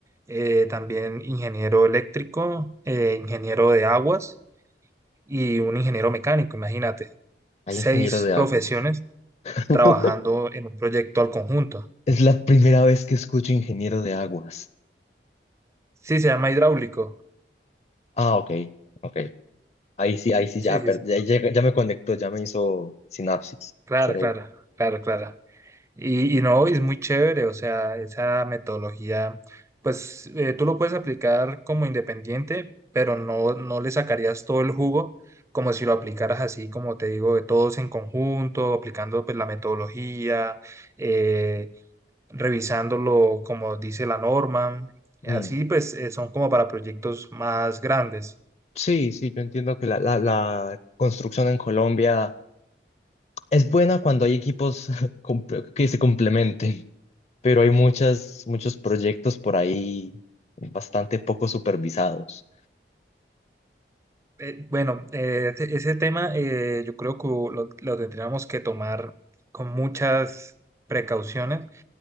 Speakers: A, on the right; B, on the left.
A: eh, también ingeniero eléctrico, eh, ingeniero de aguas y un ingeniero mecánico, imagínate,
B: Hay
A: seis
B: ingeniero de aguas.
A: profesiones
B: <laughs>
A: trabajando en un proyecto al conjunto.
B: Es la primera vez que escucho ingeniero de aguas.
A: Sí, se llama hidráulico.
B: Ah, ok. Ok. Ahí sí, ahí sí,
A: Sí,
B: ya,
A: sí,
B: per-
A: sí.
B: ya, llega- ya me conectó, ya me hizo sinapsis,
A: Claro,
B: cerebro.
A: claro, claro, claro. Y, y no, es muy chévere, o sea, esa metodología, pues eh, tú lo puedes aplicar como independiente, pero no, no le sacarías todo el jugo como si lo aplicaras así, como te digo, de todos en conjunto, aplicando pues la metodología, eh, revisándolo como dice la norma.
B: Mm,
A: Así pues eh, son como para proyectos más grandes.
B: Sí, sí, yo entiendo que la, la, la construcción en Colombia es buena cuando hay equipos <laughs> comple- que se complementen, pero hay muchas, muchos proyectos por ahí bastante poco supervisados.
A: Eh, bueno, eh, ese ese tema eh, yo creo que lo, lo tendríamos que tomar con muchas precauciones